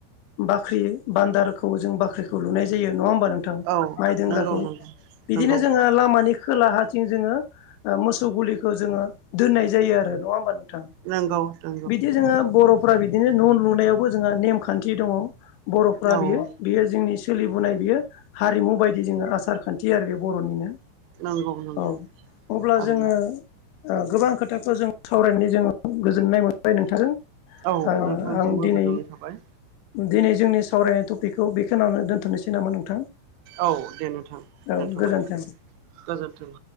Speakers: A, on the left; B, on the right.
A: बाख्रि बान्दारखौ जों बाख्रिखौ लुनाय जायो। नङा होनबा नोंथां
B: औ
A: माइ दोंनग्राखौ
B: नंगौ
A: बिदिनो
B: नंगौ
A: जोंओ लामानि खोला हाथिं जोङो मोसौ गुलिखौ जोङो दोननाय जायो आरो नङा होमबा नों थां
B: नंगौ नंगौ
A: बिदि जोंहा बर' फोरा बिदिनो न' लुनायावबो जोंहा नेमखान्थि दङ बर'फ्रा
B: औ
A: बियो बियो जोंनि सोलिबोनाय बियो हारिमु बायदि जोङो आसार खान्थि आरो बे बर'निनो।
B: नंगौ नंगौ
A: औ अब्ला
B: थारैनो
A: जोङो ओ गोबां खोथाखौ जों सावरायनानै जों गोजोननाय मोनबाय नोंथांजों।
B: औ
A: ओ
B: नोंथांसिमबो
A: आं दिनै
B: गोजोननाय थाबाय।
A: दिनै जोंनि सावरायनाय टपिकखौ बेखिनिआवनो दोनथ'नोसै नामा नोंथां?
B: औ दे नोंथां
A: औ
B: दोनथ'बाय
A: गोजोन्थों।
B: गोजोन्थों।